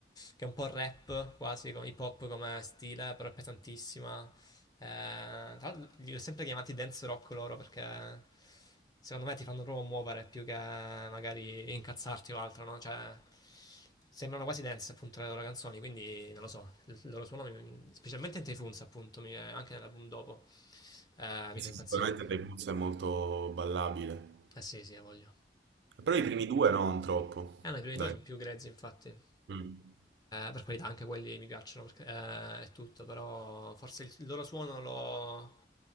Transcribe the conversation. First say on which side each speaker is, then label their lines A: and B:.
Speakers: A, on the left; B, on the right.
A: che è un po' rap, quasi come- hip hop come stile, però è pesantissima. Eh, tra l'altro li ho sempre chiamati dance rock loro perché secondo me ti fanno proprio muovere più che magari incazzarti o altro, no? Cioè, sembrano quasi dance appunto le loro canzoni, quindi non lo so, il il loro suono, mi- specialmente in Tei Funz appunto, mi- anche nell'album dopo, eh, mi
B: Eh
A: fa
B: sì,
A: impazzire.
B: sicuramente Blues è molto ballabile.
A: Eh sì, sì, ha voglia.
B: Però i primi due no, non troppo.
A: Eh no, i primi
B: Dai.
A: due sono più grezzi, infatti. Eh,
B: Mm.
A: per qualità anche quelli mi piacciono, perché eh, è tutto, però forse il, il loro suono lo